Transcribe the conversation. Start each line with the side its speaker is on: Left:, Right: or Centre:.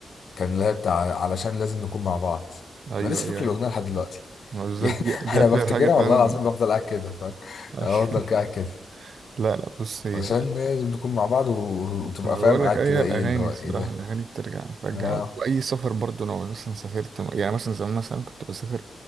Left: كان اللي هي بتاع علشان لازم نكون مع بعض
Right: ايوه
Left: انا لسه
Right: ايوه
Left: فاكر الاغنيه
Right: ايوه
Left: لحد دلوقتي
Right: ما
Left: <laughs>
Right: بالذات
Left: يعني
Right: دي دي
Left: انا
Right: اكتر
Left: بفتكرها
Right: حاجه فعلا
Left: والله العظيم بفضل قاعد كده فاهم
Right: <laughs>
Left: افضل قاعد كده
Right: لا لا بص هي
Left: علشان لازم نكون مع بعض و- وتبقى
Right: انا
Left: فاهم
Right: بقول
Left: قاعد
Right: لك اي
Left: كده
Right: الاغاني
Left: ايه اللي هو
Right: الصراحه
Left: ايه ده
Right: الاغاني بترجع بترجع
Left: اه
Right: واي سفر برضو انا مثلا سافرت يعني مثلا زمان مثلا كنت بسافر